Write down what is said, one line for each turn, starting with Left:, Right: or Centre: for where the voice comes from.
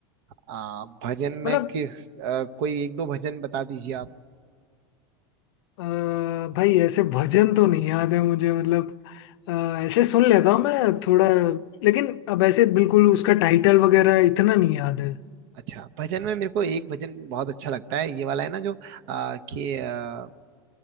Right: आ, भजन
Left: मतलब
Right: में किस आ, कोई एक दो भजन बता दीजिए आप
Left: अ, भाई ऐसे भजन तो नहीं याद है मुझे मतलब अ, ऐसे सुन लेता हूँ मैं थोड़ा लेकिन अब ऐसे बिल्कुल उसका टाइटल वगैरह इतना नहीं याद है
Right: अच्छा भजन में मेरे को एक भजन बहुत अच्छा लगता है ये वाला है ना जो आ, कि आ,